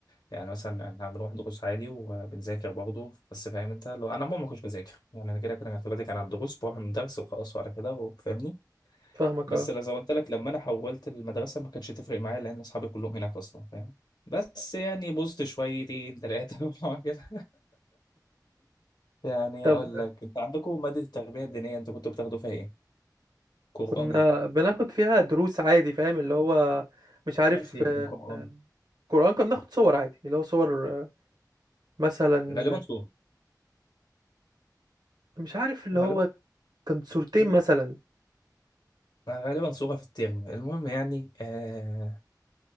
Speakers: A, on the left; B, on the right.
A: يعني مثلا احنا بنروح دروس عادي وبنذاكر برضه بس فاهم انت لو انا عموما ما كنتش بذاكر يعني انا كده كده كنت بادئ كان على الدروس بروح من درس وخلاص وعلى كده فاهمني
B: فاهمك
A: بس
B: اه
A: لو زي ما قلت لك لما انا حولت المدرسه ما كانتش تفرق معايا لان اصحابي كلهم هناك اصلا فاهم بس يعني بوظت شويتين ثلاثه <laughs> كده يعني
B: طب
A: اقول لك انت عندكم ماده التربيه الدينيه انتوا كنتوا بتاخدوا فيها ايه؟ قران
B: كنا بناخد فيها دروس عادي فاهم اللي هو مش عارف
A: ماشي
B: آه،
A: القرآن
B: آه، قرآن كنا بناخد صور عادي اللي هو صور آه، مثلا
A: غالبا صورة
B: مش عارف اللي
A: غالبا
B: هو كان صورتين
A: مم.
B: مثلا
A: غالبا صورة في الترم المهم يعني آه